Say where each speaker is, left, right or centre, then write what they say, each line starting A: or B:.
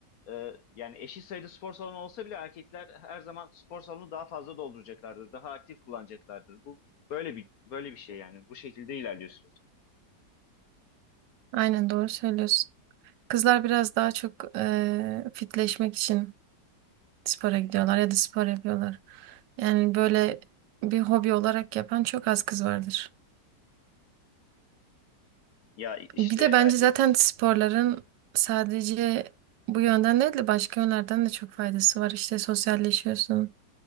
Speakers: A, on the left; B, on the right.
A: e, yani eşit sayıda spor salonu olsa bile erkekler her zaman spor salonunu daha fazla dolduracaklardır. Daha aktif kullanacaklardır. Bu böyle bir böyle bir şey yani. Bu şekilde ilerliyor süreç.
B: Aynen doğru söylüyorsun. Kızlar biraz daha çok eee, fitleşmek için spora gidiyorlar ya da spor yapıyorlar. Yani böyle bir hobi olarak yapan çok az kız vardır.
A: Ya işte
B: Bir de
A: erkek
B: bence zaten sporların sadece bu yönden değil de başka yönlerden de çok faydası var. İşte sosyalleşiyorsun,